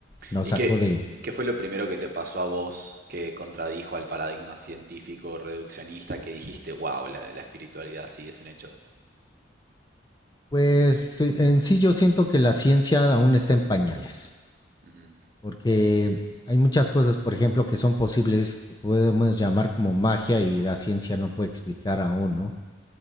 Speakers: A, on the left; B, on the right.
A: Lo
B: ¿Y
A: sacó
B: qué,
A: de,
B: qué fue lo primero que te pasó a vos que contradijo al paradigma científico reduccionista que dijiste, wow, la, la espiritualidad sí es un hecho?
A: pues eh, en sí yo siento que la ciencia aún está en pañales,
B: Ujú.
A: porque hay muchas cosas, por ejemplo, que son posibles que podemos llamar como magia y la ciencia no puede explicar aún, ¿no?